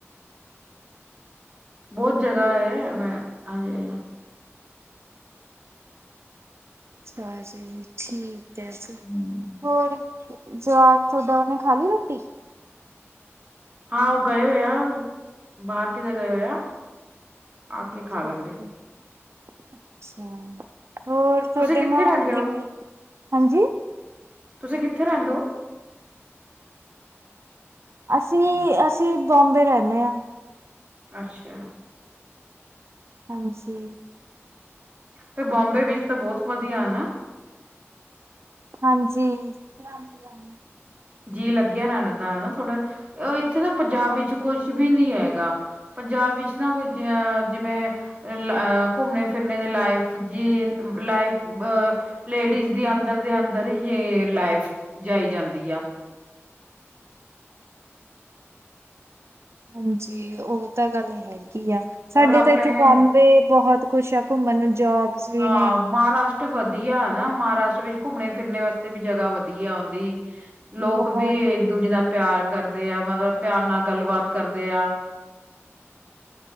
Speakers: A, on the right; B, on the right.
A: ਬਹੁਤ ਜਗ੍ਹਾ ਹੈ ਮੈਮ ਹਾਂਜੀ।
B: ਅੱਛਾ ਜੀ ਠੀਕ। ਵੈਸੇ
A: ਹਮ
B: ਹੋਰ। ਜਵਾਕ ਥੋੜੀਆ ਨੇ ਖਾ ਲਈ ਰੋਟੀ। <unintelligible>
A: ਹਾਂ ਉਹ ਗਏ ਹੋਏ ਆ ਬਾਹਰ ਕਿਤੇ ਗਏ ਹੋਏ ਆ। ਆ ਕੇ
B: ਅੱਛਾ
A: ਖਾ ਲੈਂਦੇ।
B: ਅੱਛਾ ਅੱਛਾ। ਹੋਰ ਤੁਹਾਡੇ
A: ਤੁਸੀਂ ਕਿੱਥੇ
B: ਮਾਹੌਲ
A: ਰਹਿੰਦੇ
B: ਕਿਵੇਂ
A: ਹੋ
B: ਹਾਂਜੀ।
A: ਤੁਸੀਂ ਕਿੱਥੇ ਰਹਿੰਦੇ ਹੋ?
B: ਅਸੀਂ ਅਸੀਂ ਬਾਮਬੇ ਰਹਿਣੇ ਹਾਂ।
A: ਅੱਛਾ।
B: ਹਾਂਜੀ।
A: ਫੇਰ ਬਾਮਬੇ ਵਿੱਚ ਤਾਂ ਬਹੁਤ ਵਧੀਆ ਨਾ।
B: ਭੈਣ ਜੀ। <unintelligible> ਹਾਂਜੀ।
A: ਜੀ ਲੱਗ । ਲੱਗਿਆ ਰਹਿਣ ਦਾ ਹਨਾ ਥੋੜਾ ਉਹੀ। <unintelligible> ਇੱਥੇ ਨਾ ਪੰਜਾਬ
B: ਹਾਂ-
A: ਵਿੱਚ ਕੁਛ ਵੀ ਨਹੀ ਹੈ। ਹੈਗਾ ਪੰਜਾਬ ਵਿੱਚ ਨਾ ਜਿਵੇਂ ਘੁੰਮਣੇ ਫਿਰਨ ਦੀ ਲਾਈਫ ਜੀ ਲਾਈਫ ਅ। ਲੇਡੀਜ਼ ਦੀ ਅੰਦਰ ਦੇ ਅੰਦਰ ਯੇ ਲਾਈਫ ਜਾਈ ਜਾਂਦੀ।
B: ਹਾਂਜੀ, ਉਹ ਤਾਂ ਗੱਲ ਹੈਗੀ। ਕੀ ਆ ਸਾਡੇ
A: ਔਰ ਆਪਣੇ
B: ਤਾਂ ਇੱਥੇ ਬੋਬੇ ਬਹੁਤ ਕੁਛ ਆ ਘੁੰਮਣ ਜੋਬਸ ਵੀ
A: ਹਾਂ
B: ਨੇ
A: ਮਹਾਰਾਸ਼ਟ ਤੇ ਵਧੀਆ ਨਾ ਮਹਾਰਾਸ਼ਟਰ ਵਿੱਚ ਘੁੰਮੇ ਫਿਰਨ ਵਾਸਤੇ ਵੀ ਜਗਾ ਵਧੀਆ ਆਉਂਦੀ। ਲੋਕ
B: ਬਹੁਤ
A: ਵੀ ਇੱਕ ਦੂਜੇ ਦਾ ਪਿਆਰ ਕਰਦੇ ਆ ਮਤਲਬ ਪਿਆਰ ਨਾਲ ਗੱਲਬਾਤ ਕਰਦੇ ਆ